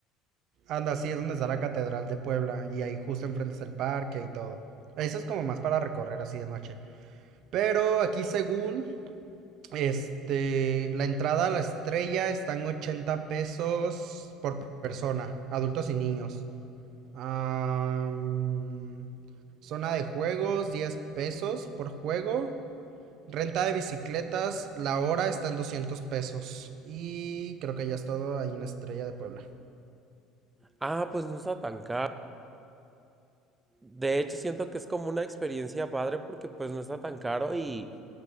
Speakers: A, on the right; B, on the right.
A: Anda, sí, es donde está la Catedral de Puebla y ahí justo enfrente es el parque y todo. Eso es como más para recorrer así de noche. Pero aquí según, este, la entrada a la estrella están 80 pesos por persona, adultos y niños. Am, zona de juegos, 10 pesos por juego. Renta de bicicletas, la hora está en 200 pesos. Y creo que ya es todo ahí en Estrella de Puebla.
B: Ah, pues no está tan caro. De hecho, siento que es como una experiencia padre porque pues no está tan caro y,